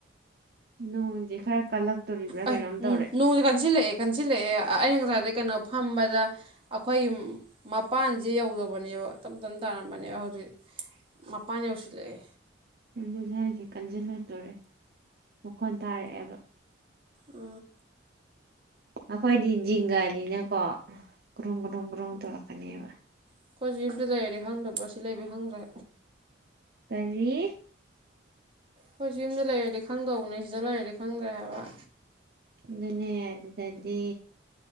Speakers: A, on the right; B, on the right.
A: ꯅꯦ ꯈꯔ ꯀꯜꯂꯛꯇꯣꯔꯤꯕ꯭ꯔꯥ
B: ꯑ
A: ꯀꯩꯅꯣꯝ ꯇꯧꯔꯦ
B: ꯎꯝ ꯅꯣꯡꯗꯤ ꯀꯟꯁꯤꯜꯂꯛꯑꯦ ꯀꯟꯁꯤꯜꯂꯛꯑꯦ ꯑꯩꯅ ꯉꯁꯥꯏ ꯀꯩꯅꯣ ꯐꯝꯕꯗ ꯑꯩꯈꯣꯏꯒꯤ ꯃꯄꯥꯟꯁꯦ ꯌꯧꯗꯕꯅꯦꯕ ꯇꯞ ꯇꯞꯅ ꯇꯥꯔꯝꯕꯅꯦꯕ ꯍꯧꯖꯤꯛ ꯃꯄꯥꯟ ꯌꯧꯁꯤꯜꯂꯛꯑꯦ
A: ꯑꯗꯨꯗ ꯑꯩꯁꯦ ꯀꯟꯁꯤꯜꯂꯛꯇꯣꯔꯦ ꯃꯈꯣꯟ ꯇꯥꯔꯛꯑꯦꯕ
B: ꯑ
A: ꯑꯩꯈꯣꯏꯗꯤ ꯖꯤꯡꯒꯅꯤꯅꯀꯣ ꯀ꯭ꯔꯨꯝ ꯀ꯭ꯔꯨꯝ ꯀ꯭ꯔꯨꯝ ꯇꯧꯔꯛꯀꯅꯦꯕ
B: ꯑꯩꯈꯣꯏ ꯁꯤ ꯌꯨꯝꯗ ꯂꯩꯔꯗꯤ ꯍꯪꯗꯕ꯭ꯔ ꯁꯤ ꯂꯩꯕ ꯍꯪꯗ꯭ꯔꯦ
A: ꯀꯔꯤ
B: ꯍꯣꯏꯁꯨ ꯌꯨꯝꯗ ꯂꯩꯔꯗꯤ ꯈꯪꯗꯧꯕꯅꯦ ꯁꯤꯗ ꯂꯩꯔꯗꯤ ꯈꯪꯗ꯭ꯔꯦ ꯍꯥꯏꯕ
A: ꯑꯗꯨꯅꯦ ꯑꯗꯨꯗꯗꯤ